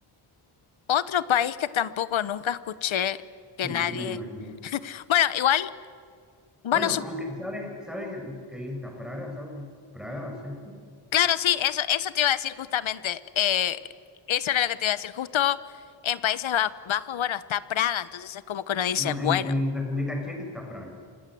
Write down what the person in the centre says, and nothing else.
y
me imagino.
Bueno,
aunque sabes, sabes que ahí está Praga, ¿sabes? Praga, ¿cierto?
No,
en, en República Checa está Praga.